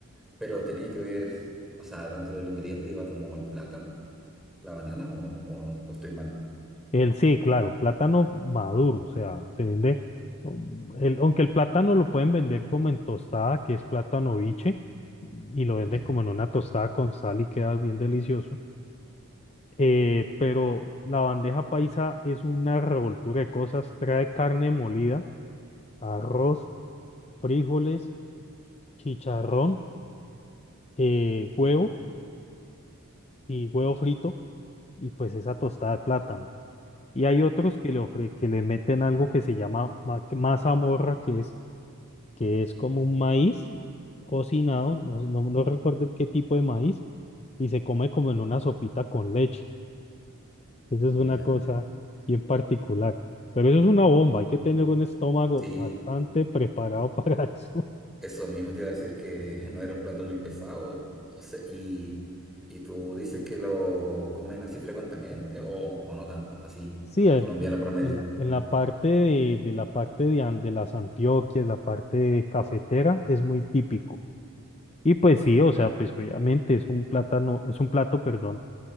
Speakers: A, in the centre; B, on the left (about 30°).
A: pero tenía que ver, o sea, dentro del ingrediente iba como el plátano, la banana, o, o- o estoy mal.
B: El sí, claro, plátano maduro, o sea, se vende, um, el, aunque el plátano lo pueden vender como en tostada, que es plátano biche, y lo venden
A: Ya,
B: como en una tostada con sal y queda bien delicioso. eh, pero la bandeja paisa es una revoltura de cosas. Trae carne molida, arroz, frijoles, chicharrón, eh, huevo y huevo frito y pues esa tostada de plátano. Y hay otros que le ofre, que le meten algo que se llama ma- mazamorra, que es, que es como un maíz cocinado, no, no, no recuerdo qué tipo de maíz, y se come como en una sopita con leche. Eso es una
A: ya.
B: cosa bien particular. Pero eso es una bomba, hay que tener un estómago
A: Sí,
B: bastante preparado para <laughs> eso.
A: Eso mismo te iba a decir que <laughs> no era un plato muy pesado. o sea, y, y tú dices que lo comen así frecuentemente o, o no tanto, así,
B: Sí, en,
A: colombiano promedio.
B: en la, en la parte de, de la parte de, An- de las Antioquias, la parte de cafetera, es muy típico. Y pues sí, o sea, pues obviamente es un plátano, es un plato, perdón,